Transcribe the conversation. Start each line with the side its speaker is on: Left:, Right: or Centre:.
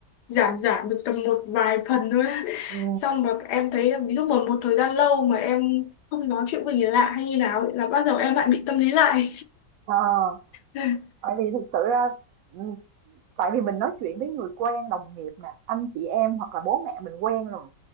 Left: giảm giảm được tầm một vài phần thôi.
Right: Ừ.
Left: xong rồi em thấy là ví dụ một một thời gian lâu mà em không nói chuyện với người lạ hay như nào ấy, là bắt đầu em lại bị tâm lý lại
Right: à,
Left: <laughs>
Right: tại vì thực sự ra ừ, tại vì mình nói chuyện với người quen đồng nghiệp nè anh chị em hoặc là bố mẹ mình quen rồi